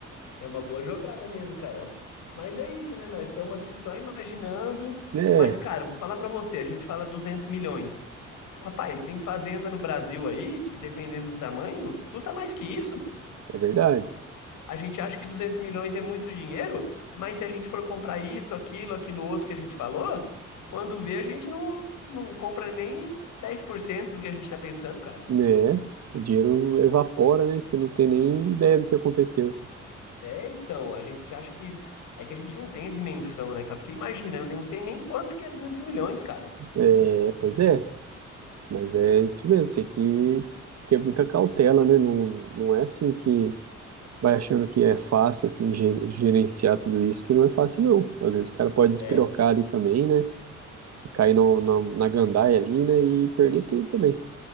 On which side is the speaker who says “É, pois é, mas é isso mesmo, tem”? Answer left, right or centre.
Right